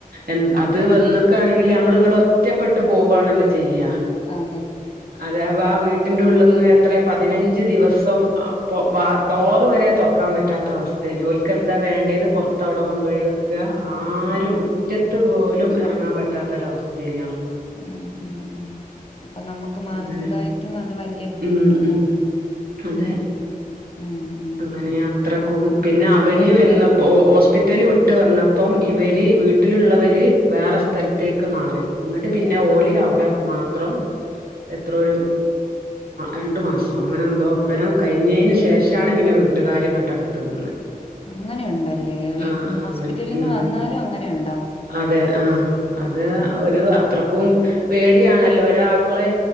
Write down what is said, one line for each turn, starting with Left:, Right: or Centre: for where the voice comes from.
Right: എൻ അത് വന്ന് ക്കാണെങ്കില് നമ്മള്ങ്ങട് ഒറ്റപ്പെട്ട് പോവാണല്ലോ ചെയ്യാ
Left: അതെ
Right: അതെ അവാ ആ വീട്ടിൻ്റെ ഉള്ളിന്ന് എത്രെ പതിനഞ്ച് ദിവസം അ പൊ വാ ഡോറ് വരെ തൊറക്കാൻ പറ്റാത്ത അവസ്ഥേനു ഓൽക്കെന്താ വേണ്ടേത് പുറത്ത് അവടെ കൊണ്ടോയി വെക്ക ആരും
Left: ഉം
Right: മുറ്റത്ത്
Left: ഉം
Right: പോലും എർങ്ങാ പറ്റ പറ്റാത്തൊരവസ്തേനി അവ
Left: ഉം ഉം ഉം. ഇപ്പൊ നമ്മുക്ക് മാനസികായിട്ടും
Right: അങ്ങനെ
Left: അത് വല്യ ബുദ്ധിമുട്ടുണ്ടാക്കും.
Right: ഉം ഉം അതെ
Left: ഉം ഉം
Right: അങ്ങനെ അത്രക്കോ പിന്നെ അവന് വന്നപ്പോ ഹോസ്പിറ്റല് വിട്ട് വന്നപ്പം ഇവര് വീട്ടിലുള്ളവര് വേറെ സ്ഥലത്തേക്ക് മാറി. ഇങ്ങട്ട് പിന്നെ ഓലി
Left: ആഹ്
Right: അവിടെ മാ എത്രോ എത്രോ ഒരു രണ്ട് മാസോ അങ്ങനെന്തോ ഒപ്പരം കഴിഞ്ഞേന് ശേഷ ആണ് പിന്നെ വീട്ടുകാര് ങ്ങട്ട് അട് ത്ത് വന്നേ.
Left: അങ്ങനെയുണ്ടല്ലേ വീ
Right: ആഹ് ആഹ്
Left: ഹോസ്പിറ്റലിൽ
Right: അങ്ങനെ
Left: നിന്ന്
Right: ഉം
Left: വന്നാലും അങ്ങനെ ഉണ്ടാവോ
Right: അതെ ആഹ് അത്
Left: ഉം
Right: ഒരു
Left: ഉം
Right: അത്രക്കും പേടിയാണല്ലോ ഒരാളെ